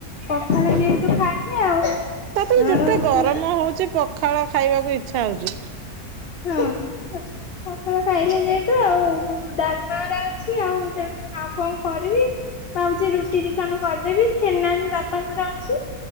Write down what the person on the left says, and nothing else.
ପଖାଳ ଯେହେତୁ ଖାଇଲେ ଆଉ
ଆଉ
ସେ
ହଁ। <inaudible> ପଖାଳ ଖାଇଲେ ଯାହେତୁ ଆଉ ଡାଲମାର ଅଛି ଆଉ ତେଣୁ ଆଉ କଣ କରିବି? ଭାବଛି ରୁଟି ଦିଖଣ୍ଡ କରିଦେବି ଛେନା ବି ବାପାଙ୍କର ଅଛି